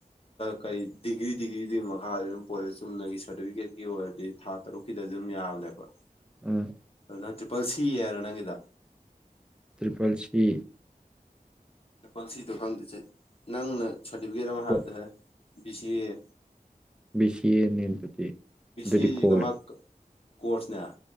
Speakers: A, on the left; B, in the centre.
A: ꯀꯔꯤ ꯗꯤꯒ꯭ꯔꯤ ꯗꯤꯒ꯭ꯔꯤꯗꯨꯒꯤ ꯃꯈꯥ ꯄꯣ ꯆꯨꯝꯅꯒꯤ ꯁꯥꯔꯇꯤꯐꯤꯀꯦꯠꯀꯤ ꯑꯣꯏꯔꯗꯤ ꯊꯥ ꯇꯔꯨꯛꯀꯤꯗ ꯑꯗꯨꯝ ꯌꯥꯕꯅꯦꯕ
B: ꯎꯝ
A: ꯑꯗꯨ ꯅꯪ ꯇ꯭ꯔꯤꯄꯜ ꯁꯤꯌꯦꯔꯣ ꯅꯪꯒꯤꯗ
B: ꯇ꯭ꯔꯤꯄꯜꯁꯤ
A: ꯆꯄꯜꯁꯤꯗꯣ ꯈꯪꯗꯁꯦ ꯅꯪꯅ ꯁꯥꯔꯇꯤꯐꯤꯀꯦꯠ ꯑꯃ
B: ꯀꯣꯠ
A: ꯍꯥꯞꯗꯔꯦ ꯕꯤ ꯁꯤ ꯑꯦ
B: ꯁꯤꯤꯅꯤ ꯑꯗꯨꯗꯤ
A: ꯕꯤ
B: ꯑꯗꯨꯗꯤ
A: ꯁꯤ ꯑꯦꯁꯤ
B: ꯀꯣꯔꯔ
A: ꯀꯃꯥꯏ ꯀꯣꯔꯁꯅꯦ